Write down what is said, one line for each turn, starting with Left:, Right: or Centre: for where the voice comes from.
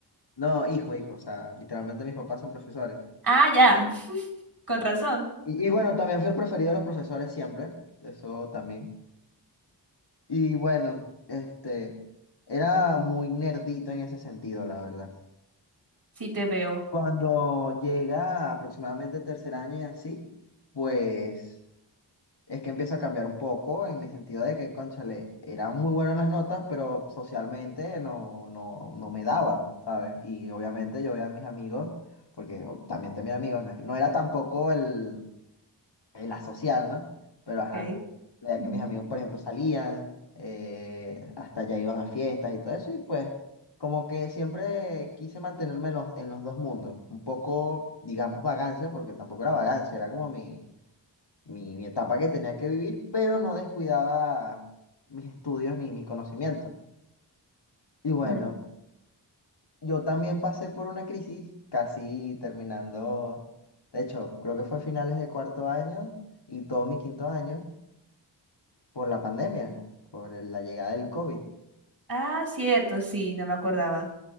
Left: ¿no? No, hijo, hijo, o sea, literalmente mis papás son profesores.
Right: Ah, ya, <laughs> con razón.
Left: Y, y bueno, también fui el preferido de los profesores siempre, eso también. Y bueno, este, era muy nerdito en ese sentido, la verdad.
Right: Sí te veo.
Left: Cuando llega aproximadamente tercer año y así, pues es que empieza a cambiar un poco en mi sentido de que, cónchale, era muy bueno en las notas, pero socialmente no, no, no me daba, ¿sabes? Y obviamente yo veía a mis amigos, porque o- también tenía amigos, no, es- no era tampoco el, en la social, ¿no? Pero
Right: Ok.
Left: ajá, la
Right: Ujú.
Left: que mis amigos, por ejemplo, salían, eh, hasta allá iban a fiestas y todo eso, y pues como que siempre quise mantenerme en los, en los dos mundos, un poco, digamos, vagancia, porque tampoco era vagancia, era como mi, mi, mi etapa que tenía que vivir, pero no descuidaba mis estudios ni mi conocimiento. Y bueno,
Right: Mm.
Left: yo también pasé por una crisis casi terminando, de hecho, creo que fue a finales de cuarto año y todo mi quinto año por la pandemia, por el- la llegada del COVID.
Right: Ah, cierto, sí, no me acordaba.